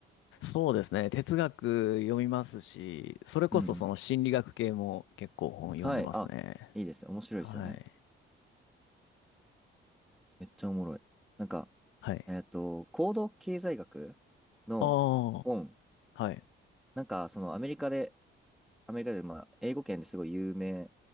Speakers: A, on the left; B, in the centre.
A: そうですね。哲学読みますし、それこそその心理学系も結構本読んでますね。
B: うんうん。はい。あ、いいですね。面白いですよね。
A: はい。
B: めっちゃおもろい。なんか、
A: はい。
B: えっと、行動経済学の本。
A: あー、はい。
B: なんか、そのアメリカで、アメリカで、まあ、英語圏ですごい有名